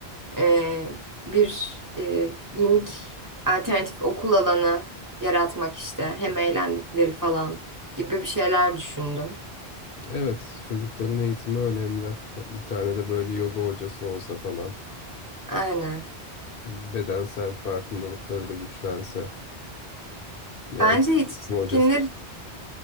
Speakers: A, on the right; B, on the left.
A: e, bir e, minik alternatif okul alanı yaratmak işte. Hem eğlendikleri falan gibi bir şeyler düşündüm.
B: Evet çocukların eğitimi önemli. Bir tane de böyle yoga hocası olsa falan.
A: Aynen.
B: Bedensel farkındalıkları da güçlense. Yani
A: Bence yetişkinler
B: hocası.